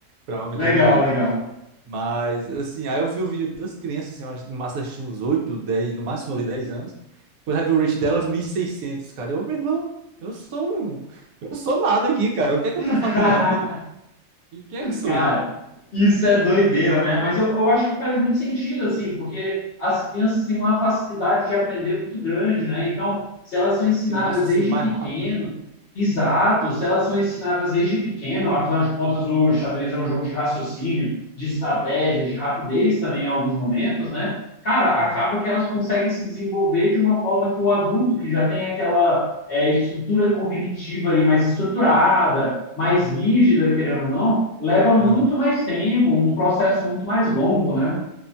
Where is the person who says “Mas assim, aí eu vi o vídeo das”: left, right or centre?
Right